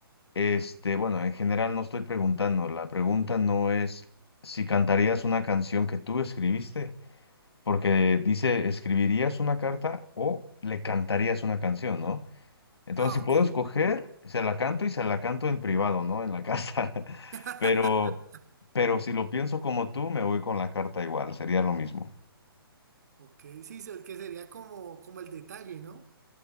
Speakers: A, on the left; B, on the right.
A: este, bueno, en general no estoy preguntando, la pregunta no es si cantarías una canción que tú escribiste porque dice, escribirías una carta o le cantarías una canción, ¿no? Entonces,
B: Ah,
A: si
B: ok.
A: puedo escoger, se la canto y se la canto en privado, ¿no? En la casa. <laughs>
B: <laughs>
A: Pero, pero si lo pienso como tú, me voy con la carta igual, sería lo mismo.
B: Ok, sí, el que sería como, como el detalle, ¿no?